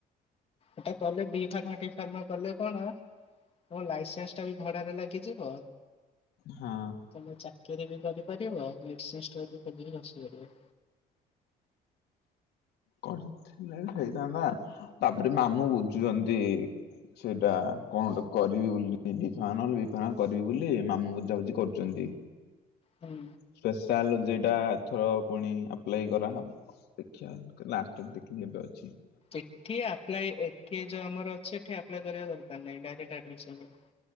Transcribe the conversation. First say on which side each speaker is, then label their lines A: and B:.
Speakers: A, on the left; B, on the left.
A: ଏଟା କଲେ ବିଫାର୍ମ ଡିଫାର୍ମ କଲେ କଣ ତମ ଲାଇସେନ୍ସଟା ବି ଭଡ଼ାରେ ଲାଗିଯିବ।
B: ହଁ
A: ତମେ ଚାକିରି ବି କରି କରିହେବ ମେଡିସିନଷ୍ଟୋର ରେ ବି ବସିପାରିବ।
B: କରିଥିଲେ ହେଇଥାନ୍ତା ତାପରେ ମାମୁଁ ବୁଝୁଛନ୍ତି ସେଇଟା କଣ କରିବି ବୋଲି ବିଫ ବିଫାନ କରିବି ବୋଲି ମାମୁଁ ବୁଝାବୁଝି କରୁଛନ୍ତି।
A: ହୁଁ।
B: ସ୍ପେଶାଲ ଯୋଉଟାଏଥର ପୁଣି ଆପ୍ଲାଇ କରାହବ ଦେଖିବା ଲାଷ୍ଟରେ ଦେଖିକି
A: ଏଠି ଆପ୍ଲାଇ ଏଠି ଯୋଉ ଆମର ଅଛି ଏଠି ଆପ୍ଲାଏ କରିବା ଦରକାର ତମେ ଏକାକୀ <inaudible>